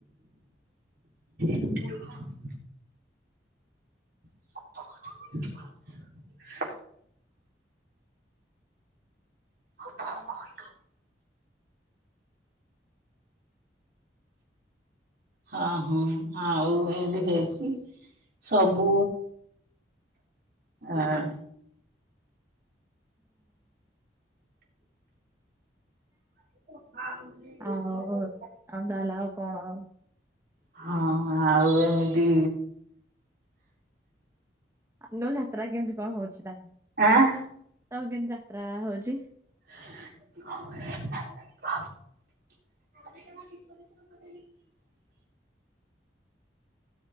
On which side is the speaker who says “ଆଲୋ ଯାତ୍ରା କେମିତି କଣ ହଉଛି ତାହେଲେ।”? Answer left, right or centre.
Right